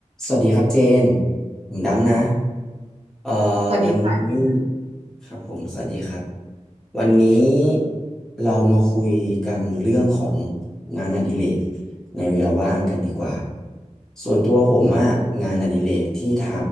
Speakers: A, in the centre; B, on the right (about 50°).
A: สวัสดีครับเจน ผมดำนะเอ่อ
B: สวัสดีค่ะเจนนะ
A: วันนี้ครับผมสวัสดีครับ วันนี้เรามาคุยกันเรื่องของงานอดิเรกในเวลาว่างกันดีกว่าส่วนตัวผมอะงานอดิเรกที่ท